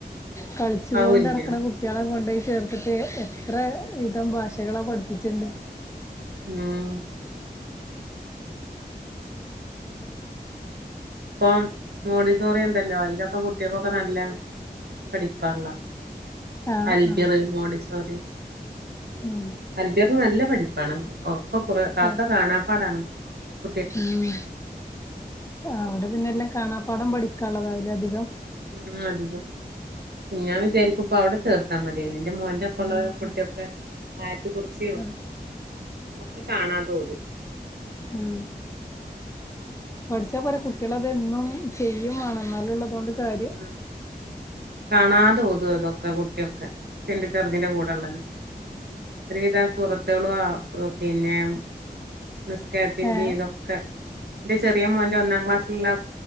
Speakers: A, on the left; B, on the right.
A: കളിച്ചി
B: അതും
A: കോണ്ട്
B: ഇല്ല
A: അടക്ക്ണ കുട്ടിളെ കൊണ്ടോയി ചേർത്ത്ട്ട് എത്ര വിധം ഭാഷകളാ പഠിപ്പിച്ചെണ്ട്
B: ആം പ്പം മോണ്ടിസോറിയ്ണ്ടല്ലോ അയ്ലൊക്കെ കുട്ടിഏക്കൊക്കെ നല്ല പഠിപ്പാണ്ല്ലോ
A: ആഹ്
B: അൽബിറ്
A: ആഹ്
B: മോണ്ടി സോറി
A: ഉം
B: അൽബിറ് നല്ല പഠിപ്പാണ് ഓ ക്കൊ കൊറേ കാക്ക
A: ആഹ്
B: കാണാപ്പാടാണ് കുട്ടിഏക്ക്
A: ഉം അവിടെ പിന്നെ എല്ലാം കാണാ പാടം പഠിക്കാള്ളതാവും ല്ലെ അധികം
B: മ് അധികം ഞാൻ വിചാരിക്കും പ്പം അവ്ടെ ചേർത്താ മതിഏനി എന്റെ മോൻന്റെ പ്പ ള്ള കുട്ടിക്കെ <unintelligible> ത് കൊർച്ചേയൊള്ളു
A: ആഹ്
B: ഒക്കെ കാണാ തോന്നും
A: മ് പഠിച്ചാ പോര കുട്ടിളത് എന്നും ചെയ്യും മാണം എന്നാലൊള്ളു അത് അതോണ്ട് കാര്യ
B: ഉം കാണാതെ ഓതു അതൊക്കെ ആ കുട്ടിഒക്കെ എന്റെ ചെർതിന്റെ കൂടള്ളത് ഒരുവിധ ആ സൂറത്തുകളും ആ പിന്നെ മ് നി സ്കാരത്തിന്റെ
A: ഏഹ്
B: ഇതൊക്കെ ന്റെ ചെറിഏ മോന്റെ ഒന്നാം ക്ലാസ്സിലുള്ള